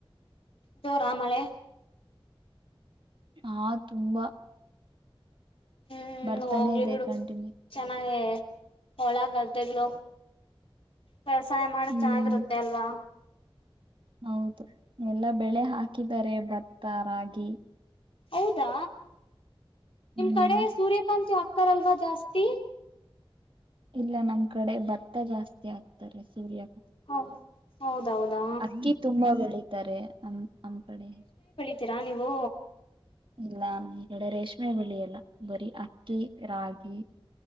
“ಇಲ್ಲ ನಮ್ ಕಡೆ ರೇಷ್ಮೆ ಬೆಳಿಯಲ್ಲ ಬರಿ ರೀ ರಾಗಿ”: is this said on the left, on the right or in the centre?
Right